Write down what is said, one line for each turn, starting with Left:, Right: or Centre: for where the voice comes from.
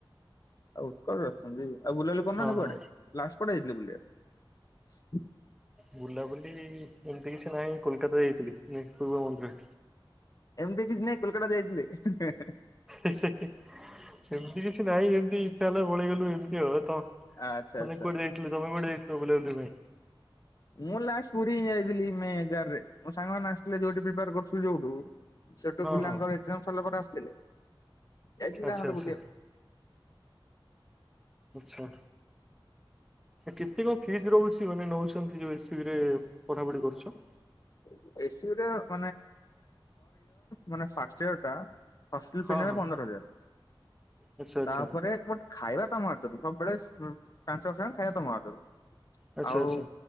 Left: ଆଉ ଉତ୍କଳ ଅଛନ୍ତି ଆଉ ବୁଲା ବୁଲି କରନାହାନ୍ତି
Centre: ହଁ
Left: କୁଆଡେ
Centre: ହଁ।
Left: ଲାଷ୍ଟ କୁଆଡେ ଯାଇଥିଲେ ବୁଲିବାକୁ?
Centre: ବୁଲାବୁଲି ଏମିତି କିଛି ନାହିଁ କୋଲକାତା ଯାଇଥିଲି ପୂର୍ବ ମନ୍ଦିର।
Left: ଏମିତି କିଛି ନାାଇଁ କୋଲକାତା ଯାଇଥିଲେି।
Centre: ସେମତି କିଛି ନହିଁ ଏମତି ଇଚଛା ହେଲା ବଳେଇଗଲୁ ଏମିତି ହବ ତ।
Left: ଆଚ୍ଛା
Centre: ମାନେ
Left: ଆଚ୍ଛା।
Centre: କୋଠେ ଯାଇଥିଲୁ ତମେ କୋଠେ ଯାଇଥିଲ ବଲେ।
Left: ମୁଁ ଲାଷ୍ଟ ପୁରୀ ହି ଯାଇଥିଲି ମ ଏଗାରରେ। ମୋ ସାଙ୍ଗମାନୋନ ଆସିଥିଲେ ଯୋଉଠି ପ୍ରିାର କରୁଥିଲୁ ଯୋଉଠୁ। ସେଠୁ
Centre: ହଁ
Left: ପିଲାଙ୍କର
Centre: ହଁ।
Left: ଏକଜାମ ସାରଲା ପରେ ଆସିଥିଲେ ଯାଇଥିଲେ
Centre: ଆଚ୍ଛା
Left: ତାଙ୍ଗ
Centre: ଆଚ୍ଛା
Left: ବୁଲିବାକୁ।
Centre: ଆଚ୍ଛା। କେତେକଣ ଫିଜ ରହୁଛି ମାନେ ନଉଛନ୍ତି ଯୋଉ ଏସ ସି ବି ରେ ପଢା ପଢି କରୁଛ?
Left: <unintelligible> ମାନେ ଇର ମାନେ ଫ ଇର ଟା। ହେଲ
Centre: ହଁ
Left: ଫି ନେବେ
Centre: ହଁ।
Left: ପନ୍ଦର ହଜାର
Centre: ଆଚ୍ଛା ଆଚ୍ଛା
Left: ତାପରେଟ ଖାଇବା ତମ ହାତରୁ ସବୁବେଳେ ପାଞ୍ଚ ସମୟା ଖାଇବା ତମ ହାତରୁ।
Centre: ଆଚ୍ଛା
Left: ଆଉ
Centre: ଆଚ୍ଛା